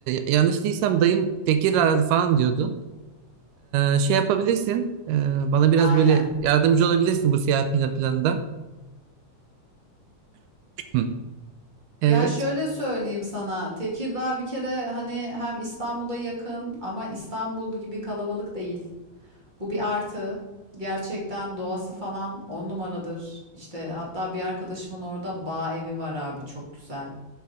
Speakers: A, on the right; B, on the right.
A: yanlış değilsem dayım Tekirdağ falan diyordun. E, şey yapabilirsin. e, bana biraz
B: Aynen.
A: böyle yardımcı olabilirsin bu seyahat plan- planında. Hı. Evet.
B: Ya şöyle söyleyeyim sana. Tekirdağ bir kere hani hem İstanbul'a yakın ama İstanbul gibi kalabalık değil. Bu bir artı. Gerçekten doğası falan on numaradır. İşte hatta bir arkadaşımın orada bağ evi var abi çok güzel.